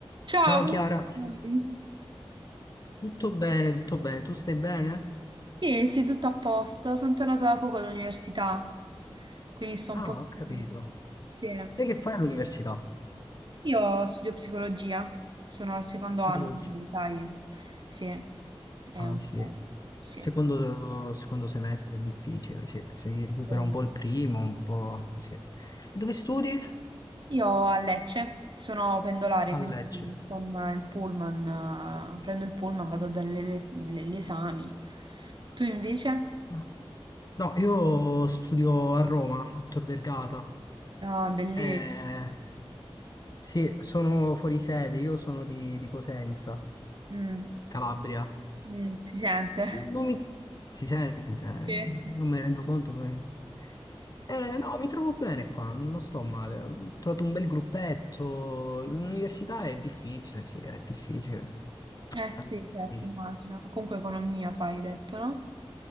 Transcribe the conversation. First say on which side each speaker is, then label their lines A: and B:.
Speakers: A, on the right (about 50°); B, on the left (about 40°).
A: Ciao,
B: Ciao
A: come
B: Chiara,
A: stai?
B: tutto bene, tutto bene, tu stai bene?
A: Sì, sì, tutto a posto. Sono tornata da poco dall'università, quindi sto un
B: Ah,
A: po'... stanca.
B: ho capito.
A: Sì.
B: E che fai all'università?
A: Io studio psicologia, sono al secondo
B: Psicologia.
A: anno, quindi sai, sì, è
B: Ah,
A: un
B: sì.
A: po'... Sì.
B: Secondo, secondo semestre è difficile, sì. Si recupera
A: Eh,
B: un po' il primo, un po', sì. E dove studi?
A: Io a Lecce sono pendolare, quindi
B: A Lecce.
A: con il pullman, eh, prendo il pullman, vado a dare le- le- gli esami. Tu invece?
B: Ah. No, io studio a Roma, a Tor Vergata.
A: Ah, bellissimo.
B: Eh, sì, sono fuori sede, io sono di, di Cosenza,
A: Mm,
B: Calabria.
A: mm, si sente.
B: Mm. non mi si sente, eh,
A: <laughs> Sì.
B: non non me ne rendo conto. però- Eh, no, mi trovo bene qua, non sto male. Ho trovato un bel gruppetto. L'università è difficile, sì, è difficile.
A: Eh
B: Anzi,
A: sì, certo,
B: Sì,
A: immagino. Comunque economia fai, hai detto, no?